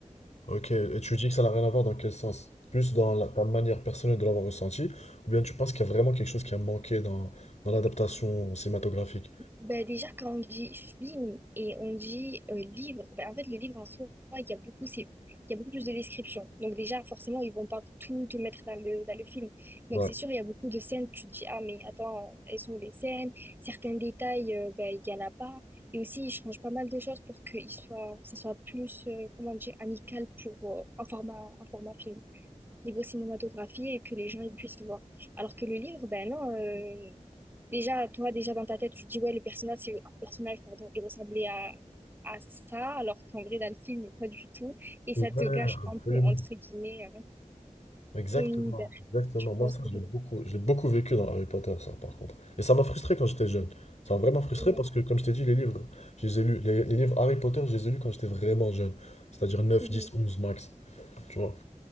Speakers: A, on the left; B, on the right.
A: Ok, et tu dis que ça n'a rien à voir dans quel sens? Plus dans la- ta manière personnelle de l'avoir ressenti, ou bien tu penses qu'il y a vraiment quelque chose qui a manqué dans, dans l'adaptation cinématographique?
B: Ben déjà, quand on dit film et on dit euh, livre, ben en fait, le livre en soi, il y a beaucoup, c'est, il y a beaucoup plus de descriptions. Donc déjà, forcément, ils vont pas tout te mettre dans le, dans le film. Donc
A: Ouais.
B: c'est sûr, il y a beaucoup de scènes, tu te dis, ah mais attends, elles sont où les scènes, certains détails, euh, ben, il y en a pas. Et aussi, ils changent pas mal de choses pour que il soit, ça soit plus, euh, comment dire, amical pour, euh, un format, un format film niveau cinématographie et que les gens ils puissent voir. Alors que le livre, ben non, euh, déjà, toi, déjà dans ta tête, tu te dis, ouais, le personnage, c'est, le personnage, pardon, il ressemblait à, à ça, alors qu'en vrai, dans le film, pas du tout. Et ça
A: Ouais,
B: te gâche
A: absolument.
B: un peu, entre guillemets, euh,
A: Exactement,
B: ton univers.
A: exactement.
B: Tu
A: Moi,
B: vois
A: ça,
B: ce que
A: je
B: je
A: l'ai beaucoup, je l'ai beaucoup vécu dans Harry Potter, ça, par contre. Et ça m'a frustré quand j'étais jeune. Ça m'a vraiment frustré
B: veux dire?
A: parce que, comme je t'ai dit, les livres, je les ai lus, les, les livres Harry Potter, je les ai lus quand j'étais vraiment jeune. C'est-à-dire neuf
B: Mhm.
A: 10 11 max. Tu vois.